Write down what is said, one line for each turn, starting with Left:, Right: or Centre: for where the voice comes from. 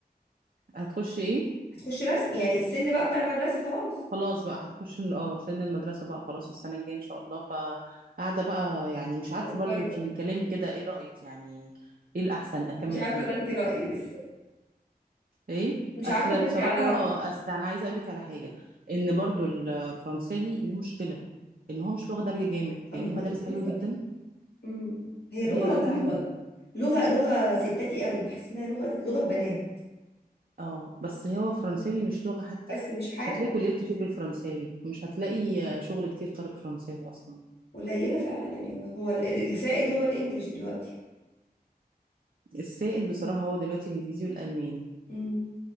Right: هتخش ايه
Left: هتخش رسمي يعني السن بقى بتاع المدرسه خلاص
Right: خلاص بقى هتخش من اه سن المدرسة بقى خلاص السنة الجاية ان شاء الله فقاعدة بقى يعني مش عارفة
Left: فكري
Right: برضو انتي
Left: بقى
Right: من كلامي كده ايه رأيك يعني ايه الأحسن اكمل
Left: مش عارفة
Right: فيه
Left: تاخدي رأيي لسه
Right: ايه
Left: مش
Right: اصل
Left: عارفة تلفي
Right: بصراحة
Left: على رأيي
Right: اصل انا عايزة اقولك على حاجة ان برضو الفرنساوي دي مشكلة ان هو مش لغة دارجة جامد
Left: أم-
Right: يعني هي مدارس
Left: كنت
Right: حلوة
Left: لسه
Right: جدا
Left: أم. هي لغة
Right: هي
Left: لطيفة
Right: ده عيبها
Left: لغة لغة ستاتي قوي بحس انها لغة لغة بنات
Right: اه بس هو فرنساوي مش لغة حتى
Left: بس مش حاجة
Right: مش هتلاقي كليات كتير بالفرنساوي مش هتلاقي شغل كتير طالب فرنساوي اصلا
Left: قليلة فعلا يعني هو ال- السائد هو الانجليش دلوقتي
Right: السائد بصراحة هو دلوقتي الانجليزي والالماني
Left: أم.